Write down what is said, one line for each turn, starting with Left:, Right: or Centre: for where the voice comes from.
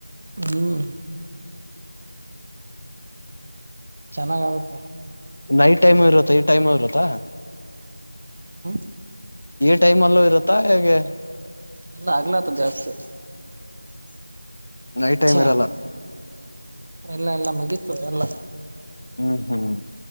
Right: ಹ್ಮ್ ಚೆನ್ನಾಗ ಆಗುತ್ತೆ
Left: ನೈಟ್ ಟೈಮ್ ಇರತ್ತ ಈ ಟೈಮ್ ಇರತ್ತಾ
Right: ಹ್ಮ
Left: ಈ ಟೈಮ್ ಅಲ್ಲೂ ಇರುತ್ತಾ ಹೇಗೆ
Right: ಎಲ್ಲ ಆಗ್ಲತ ಜಾಸ್ತಿ
Left: ನೈಟ್ ಟೈಮ್
Right: ಚ
Left: ಇರಲ್ಲ
Right: ಎಲ್ಲ ಎಲ್ಲ ಮಗೀತು ಎಲ್ಲ
Left: ಹ್ಮ್ ಹ್ಮ್